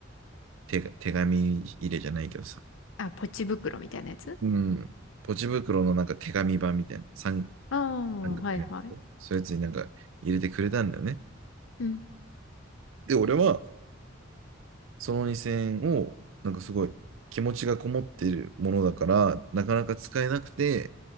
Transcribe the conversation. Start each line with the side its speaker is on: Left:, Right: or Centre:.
Right: 手手紙入れじゃないけどさ。
Left: あ、ポチ袋みたいなやつ
Right: うん。ポチ袋のなんか手紙版みたいな。三
Left: ああ、
Right: 三角なっそういうやつになんか入れてくれたんだよね。
Left: はいはい。うん。
Right: で、俺は、その2000円を、なんかすごい気持ちがこもっているものだから、なかなか使えなくて、